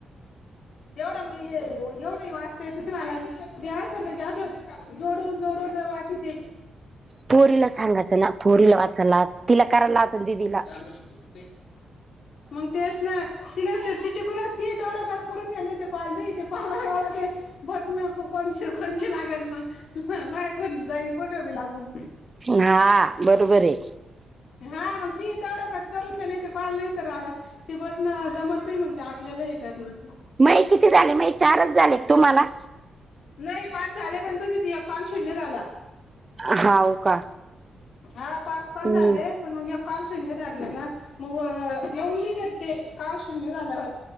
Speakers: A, on the left; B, on the right.
A: एवढं म्हणजे एवढंही वाचता येत नाही मला जोडून जोडून वाचिते
B: पोरीला सांगायचं ना पोरीला वाचाला लागायचं तिला करायला लावायचं ना दीदीला
A: आम्ही शक्यतो ते मग तेच तिला तिच्याकडून असती तोवर उगच करून घ्या ना ते पाल बी ते पाल आहे मला ते बटण को कोणची कोणची लागल मग मायाकडून जाईल कुठ बी लागून
B: हा बरोबर आहे
A: हा मग ती तोवर उगच करून घ्या नाही ते कॉल नैतर ती बटन जमत मग ते आपल्याला येतात मग ते
B: माई किती झाले माई चारच झाले तुम्हाला
A: नाही पाच झाले पण तुम्हीच एक कॉल शून्य झाला
B: हाव का?
A: हा पाच कॉल
B: हम्म.
A: झाले पण मग काल शून्य धरलं ना मग लवून नई देत ते कॉल शून्य झाल्यावर